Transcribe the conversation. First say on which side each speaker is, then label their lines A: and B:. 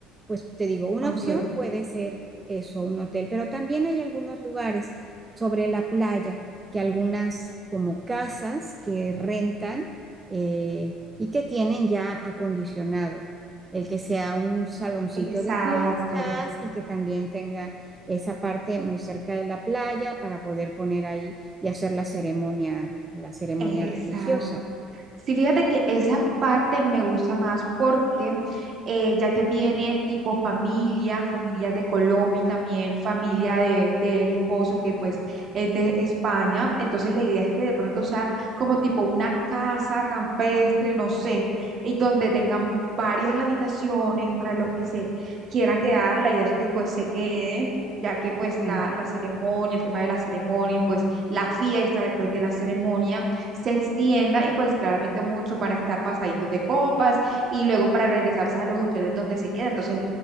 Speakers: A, on the right; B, on the right.
A: pues te digo, una
B: ok.
A: opción puede ser eso, un hotel, pero también hay algunos lugares sobre la playa que algunas como casas que rentan eh, y que tienen ya acondicionado. El que sea un saloncito
B: Exacto.
A: de fiestas y que también tenga esa parte muy cerca de la playa para poder poner ahí y hacer la ceremonia, la ceremonia
B: Exacto.
A: religiosa.
B: Sí, fíjate que esa parte me gusta más porque eh, ya que viene tipo familia, familia de Colombia y también familia de, del esposo que pues es de España, entonces la idea es que de pronto sea como tipo una casa campestre, no sé, y donde tengan varias habitaciones para los que se quieran quedar, la idea es que pues se queden. ya que pues
A: Ujú.
B: la, la ceremonia, el tema de la ceremonia y pues la fiesta después de la ceremonia se extienda y pues claramente muchos van a estar pasaditos de copas y luego para regresarse a los hoteles donde se queda. Entonces,